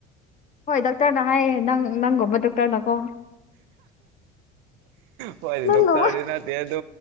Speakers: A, on the left; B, on the right.
A: ꯍꯣꯏ ꯗꯥꯛꯇꯔꯅ ꯍꯥꯏꯌꯦ ꯅꯪ ꯅꯪꯣꯕ ꯗꯣꯛꯇꯔꯅꯀꯣ
B: ꯐꯣꯏ ꯗꯗꯨꯛ
A: ꯅꯪꯒꯨꯝꯕ
B: ꯇ ꯅ ꯑꯗꯨ